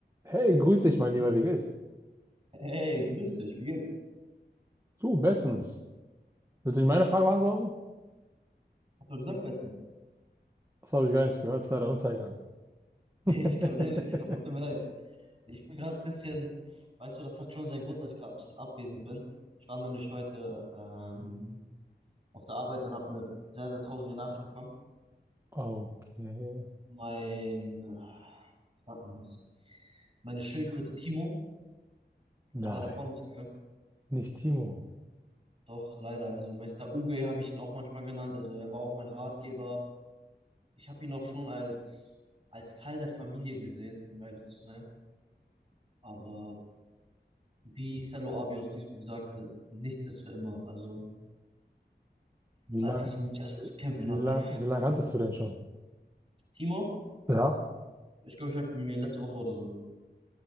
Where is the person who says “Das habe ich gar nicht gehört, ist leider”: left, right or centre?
Right